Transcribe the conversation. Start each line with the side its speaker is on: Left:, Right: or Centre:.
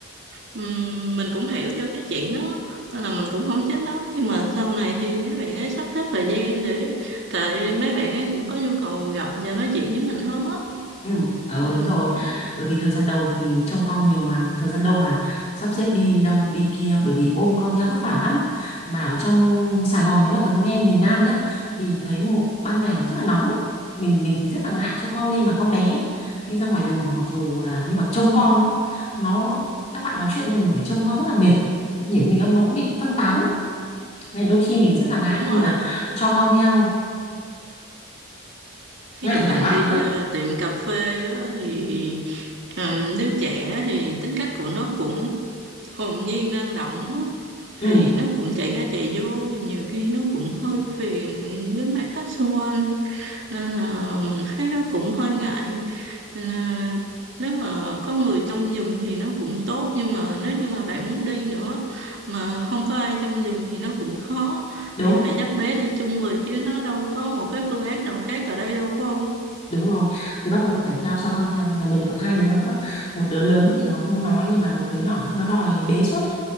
Right: ừm, mình cũng hiểu cho cái chuyện đó nên là mình cũng không trách lắm nhưng mà sau này thì mấy bạn ấy sắp xếp thời gian để tại mấy bạn ấy cũng có nhu cầu gặp và nói chuyện với mình hơn á
Left: Ừ, ờ
Right: ừ
Left: đúng rồi bởi vì thời gian đầu thì trông con nhiều mà thời gian đâu mà sắp xếp đi đâu đi kia bởi vì ôm con theo vất vả lắm mà ở trong Sài Gòn nếu mà Tấm nghe miền Nam nhá thì thấy mụ- ban ngày nó rất là nóng ấy. mình mình thì rất là ngại cho con đi mà con bé ấy. đi ra ngoài đường mặc dù là nhưng mà trông con nữa nó các bạn nói chuyện nhưng mà mình phải trông con rất là mệt điểm mình ông nó cũng bị phân tán ấy nên đôi khi mình rất là ngại
Right: đúng
Left: khi
Right: rồi
Left: mà cho con theo
Right: Ví
Left: ngại
Right: dụ
Left: với
Right: bạn
Left: cả bạn
Right: đi
Left: nữa
Right: ờ, tiệm cà phê á, thì ờ, đứa trẻ thì tính cách của nó cũng hồn nhiên năng động á,
Left: ừ
Right: thì nó cũng chạy ra chạy vô thì nhiều khi nó cũng hơi phiền với mấy khách xung quanh nên là mình thấy nó cũng hơi ngại nên là nếu mà có người trông giùm thì nó cũng tốt nhưng mà nếu như mà bạn muốn đi nữa mà không có ai trông giùm thì nó cũng khó
Left: đúng
Right: thì phải dắt bé đi chung người chứ nó đâu có một cái phương án nào khác ở đây đâu phải không?
Left: đúng rồi thì bắt buộc phải theo cho con theo nhà mình còn hai đứa nữa một đứa lớn thì nó không nói nhưng mà một đứa nhỏ nữa nó đòi bế suốt ấy